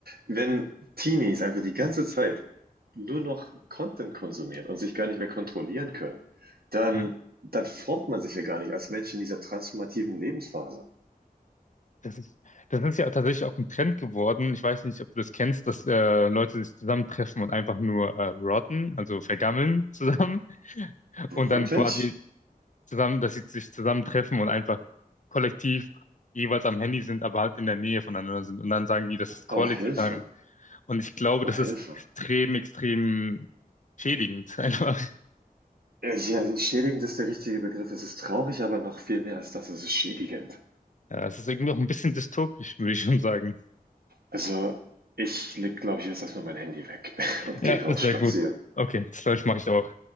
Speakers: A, on the right; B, on the left.
A: wenn Teenies einfach die ganze Zeit nur noch Content konsumieren und sich gar nicht mehr kontrollieren können, dann
B: Ja,
A: dann formt man sich ja gar nicht als Mensch in dieser transformativen Lebensphase.
B: das ist, das ist ja tatsächlich auch ein Trend geworden. Ich weiß nicht, ob du das kennst, dass äh, Leute sich zusammentreffen und einfach nur äh, rotten, also vergammeln zusammen und dann
A: Wirklich?
B: quasi zusammen, dass sie sich zusammentreffen und einfach kollektiv jeweils am Handy sind, aber halt in der Nähe voneinander sind. Und dann sagen die, das ist Quality
A: Oh, Hilfe.
B: Time. Und ich glaube,
A: Oh,
B: das
A: Hilfe.
B: ist extrem, extrem schädigend <laughs> einfach.
A: Ja, ja, schädigend ist der richtige Begriff. Es ist traurig, aber noch viel mehr als das. Es ist schädigend.
B: Ja, es ist irgendwie auch ein bisschen dystopisch, würde ich schon sagen.
A: Also, ich leg, glaube ich, jetzt erstmal mein Handy weg <laughs> und
B: Ja,
A: gehe raus
B: das wäre
A: spazieren.
B: gut. Okay, das glaube ich, mache ich auch.